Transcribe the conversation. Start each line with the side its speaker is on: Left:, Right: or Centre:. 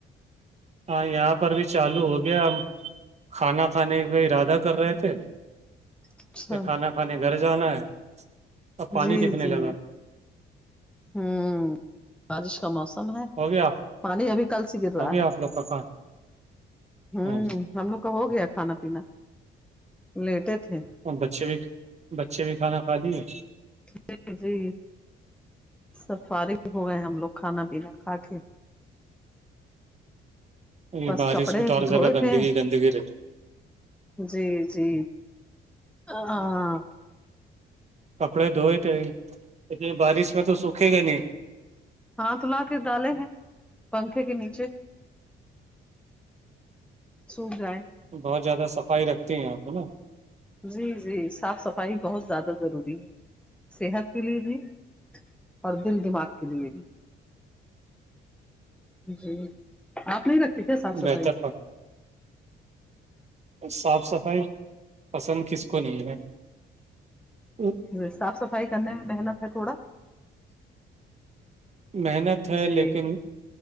Right: ہاں یہاں پر بھی چالو ہو گیا ہم کھانا کھانے کا ارادہ کر رہے تھےکہ
Centre: اچھا
Right: کھانا کھانے گھر جانا ہے اب پانی
Centre: جی
Right: دکھنے
Centre: جی
Right: لگا
Centre: ہوں بارش کا موسم ہے
Right: ہو گیا
Centre: پانی ابھی کل سے گر
Right: ہو
Centre: رہا
Right: گیا
Centre: ہے
Right: آپ لوگ کا کھانا
Centre: ہممم ہم لوگ کا ہو گیا کھانا پینا لیٹے تھے
Right: اور بچے بھی بچے بھی کھانا کھا لیے
Centre: جی جی سب فارغ ہو گئے ہم لوگ کھانا پینا کھا کے
Right: یہ
Centre: بس
Right: بارش
Centre: کپڑے
Right: میں تو اور
Centre: دھوئے
Right: زیادہ گندگی
Centre: تھے
Right: گندگی رہتی ہے
Centre: جی جی ہاں
Right: کپڑے دھوئے تھے اتنی بارش میں تو سوکھے گا نہیں
Centre: ہاتھ لا کے ڈالے ہیں پنکھے کے نیچے سوکھ جائیں
Right: بہت زیادہ صفائی رکھتی ہیں آپ ہے نا
Centre: جی جی صاف صفائی بہت زیادہ ضروری ہے صحت کے لیے بھی اور دل دماغ کے لیے می بھی جی آپ نہیں رکھتے کیا صاف صفائی
Right: بہتر صاف صفائی پسند کس کو نہیں ہے تو
Centre: ج صاف صفائی کرنے میں محنت ہے تھوڑا
Right: محنت ہے
Centre: جی
Right: لیکن